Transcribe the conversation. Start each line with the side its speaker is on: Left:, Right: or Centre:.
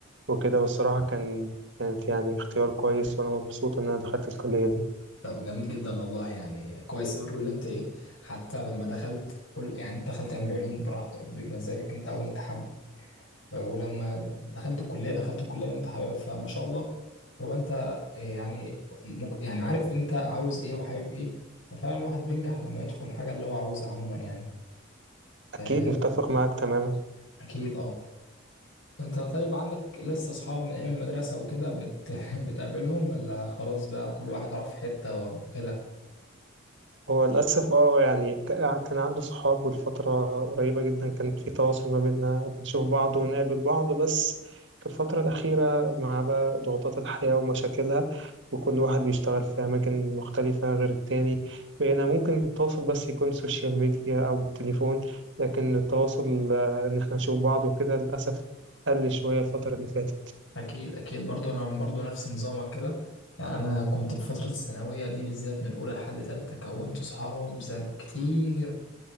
Right: وكده والصراحة كان كانت يعني اختيار كويس وأنا مبسوط إن أنا دخلت الكلية دي
Left: طب جميل جدا والله يعني كويس يقول اللي انت ايه حتى لما دخلت كل يعني انت دخلت علم علوم براحتك بمزاجك انت وانت حابه ف- ولما دخلت الكليه دخلت الكليه اللي انت حاببها فما شاء الله هو انت إيه يعني مك يعني عارف انت عاوز ايه وحابب ايه ففعلا الواحد بينجح لما يدخل الحاجه اللي هو عاوزها عموما يعني
Right: أكيد
Left: آه،
Right: متفق معاك تماما
Left: اكيد اه انت طيب عندك لسه اصحاب من ايام المدرسه وكده بت... <laughs> بتقابلهم ولا خلاص بقى كل واحد راح في حته وكده
Right: هو للأسف اه يعني ك- كان عنده صحاب والفترة قريبة جدا كان في تواصل ما بيننا بنشوف بعض ونقابل بعض بس في الفترة الأخيرة مع بقى ضغوطات الحياة ومشاكلها وكل واحد بيشتغل في أماكن مختلفة غير التاني بقينا ممكن التواصل بس يكون سوشيال ميديا أو بالتليفون لكن التواصل آه، إن احنا نشوف بعض وكده للأسف قل شوية الفترة اللي فاتت
Left: اكيد اكيد برضو انا برضو نفس نظامك كده يعني انا كنت في فتره الثانويه دي بالذات من اولى لحد تالتة كونت اصحاب زم... كتير